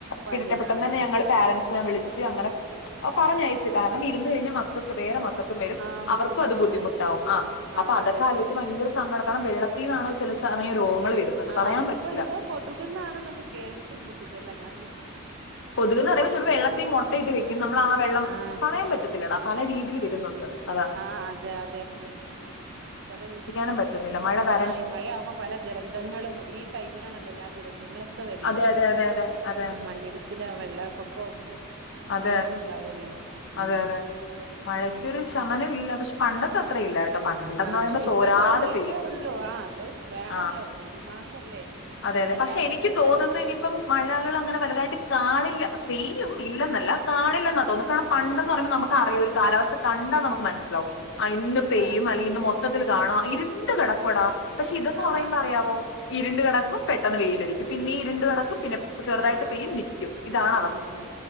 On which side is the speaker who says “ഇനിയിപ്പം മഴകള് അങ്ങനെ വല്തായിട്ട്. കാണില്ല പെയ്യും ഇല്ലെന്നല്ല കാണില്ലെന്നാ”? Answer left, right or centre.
Left